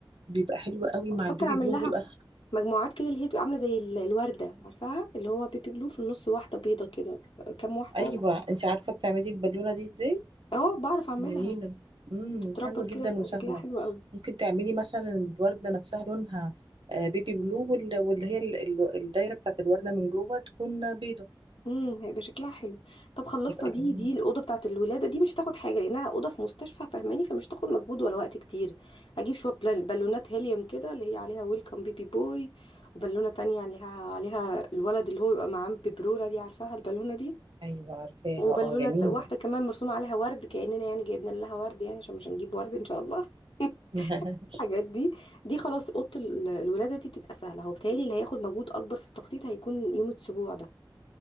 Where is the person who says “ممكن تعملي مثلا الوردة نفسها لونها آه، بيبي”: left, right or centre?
Right